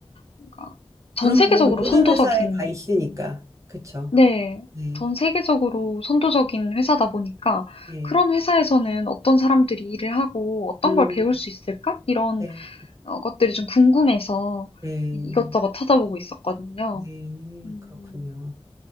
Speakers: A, on the left; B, on the right.
A: 뭔가 전
B: 그런
A: 세계적으로
B: 분야는 모든
A: 선도적인
B: 회사에 다 있으니까.
A: 음,
B: 그렇죠.
A: 네.
B: 네,
A: 전 세계적으로 선도적인 회사다 보니까
B: 네.
A: 그런 회사에서는 어떤 사람들이 일을 하고 어떤
B: 음,
A: 걸 배울 수 있을까? 이런
B: 네,
A: 어, 것들이 좀 궁금해서
B: 네,
A: 이것저것 찾아보고 있었거든요.
B: 네.
A: 음,
B: 그렇군요.